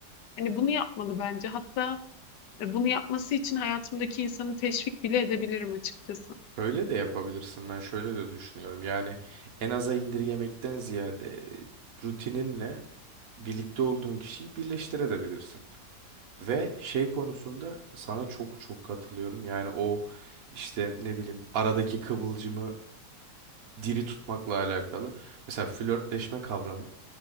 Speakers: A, on the left (about 85°); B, on the right (about 60°).
A: hani bunu yapmalı bence. Hatta e, bunu yapması için hayatımdaki insanı teşvik bile edebilirim açıkçası.
B: Şöyle de yapabilirsin. Ben şöyle de düşünüyorum. Yani en aza indirgemekten ziyade e, rutininle birlikte olduğun kişiyi birleştirebilirsin. Ve şey konusunda sana çok çok katılıyorum. Yani o işte ne bileyim aradaki kıvılcımı diri tutmakla alakalı. Mesela flörtleşme kavramı.